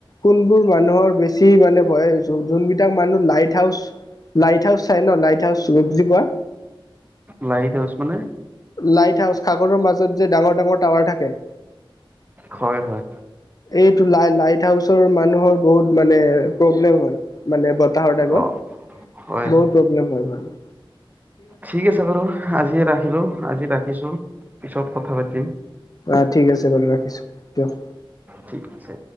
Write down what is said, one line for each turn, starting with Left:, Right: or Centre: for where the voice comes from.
Left: কোনবোৰ মানুহৰ বেছি মানে ভয় যোনবিলাক মানুহ লাইট হাউচ লাইট হাউচ চাই ন, লাইট হাউচ বুজি পোৱা?
Right: লাইট হাউচ মানে?
Left: লাইট হাউচ সাগৰৰ মাজত যে ডাঙৰ ডাঙৰ টাৱাৰ থাকে।
Right: হয় হয়।
Left: এইটো লাই লাইট হাউচৰ মানুহৰ বহুত মানে প্ৰব্লেম হয়। মানে বতাহৰ টাইমত।
Right: অ হয়
Left: বহুত
Right: হয়
Left: প্ৰব্লেম হয় মানে।
Right: ঠিক আছে বাৰু আজি ৰাখিলোঁ, আজি ৰাখিছো পিছত কথা পাতিম।
Left: অ ঠিক আছে বাৰু ৰাখিছোঁ, দিয়ক।
Right: ঠিক আছে।